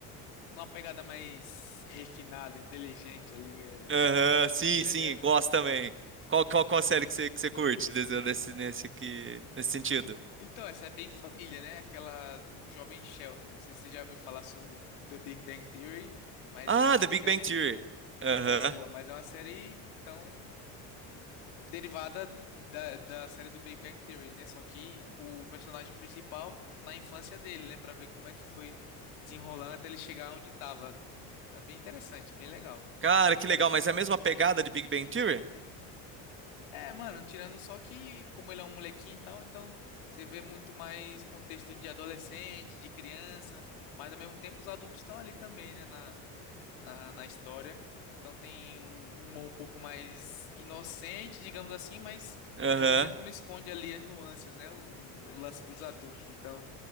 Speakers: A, on the left; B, on the right.
A: numa pegada mais refinada, inteligente ali. é.
B: Aham, sim,
A: a série
B: sim,
A: é o.
B: gosto também. Qual, qual, qual série que você, que você curte desse, desse- nesse, que, nesse sentido?
A: Então, essa é bem família, né? Aquela do Jovem Sheldon. Não sei se você já ouviu falar sobre The Big Bang Theory, mas
B: Ah,
A: é uma
B: The Big
A: série
B: Bang Theory. Aham.
A: boa, mas é uma série. Então, derivada da, da série do Big Bang Theory, né? Só que o personagem principal na infância dele, né? Pra ver como é que foi desenrolando até ele chegar onde tava. Então é bem interessante, bem legal. Tô curtindo
B: Cara,
A: pra
B: que
A: caramba.
B: legal, mas é a mesma pegada de Big Bang Theory?
A: É, mano, tirando só que, como ele é um molequinho e tal, então você vê muito mais contexto de adolescente, de criança, mas ao mesmo tempo os adultos estão ali também, né? Na, na, na história. Então tem um humor um pouco mais inocente, digamos assim, mas
B: Aham.
A: ao mesmo tempo não esconde ali as nuances, né? O, do- o lance dos adultos. Então